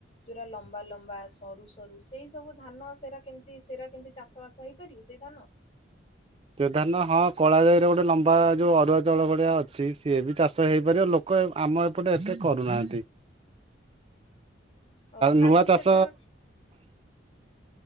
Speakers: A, on the left; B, on the right.
A: ଯୋଉରା ଲମ୍ବା ଲମ୍ବା ସରୁ ସରୁ ସେଇ ସବୁ ଧାନ ସେରା କେମିତି ସେରା କେମିତି ଚାଷ ବାସ ହେଇ ପାରିବୁ ସେଇ ଧାନ।
B: ତଧାନ ହଁ କଳା ଯାଇରେ ଗୋଟେ ଲମ୍ବା ଯୋଉ ଅରୁଆ ଚାଉଳ ଭଳିଆ ଅଛି ସିଏ ବି ଚାଷ ହେଇପାରିବ ଲୋ କ ଆମ ଏପଟେ ଏତେ କରୁନାହାନ୍ତି।
A: ଓ କାହିଁକି
B: ନୂଆ ଚାଷ
A: ସେଟା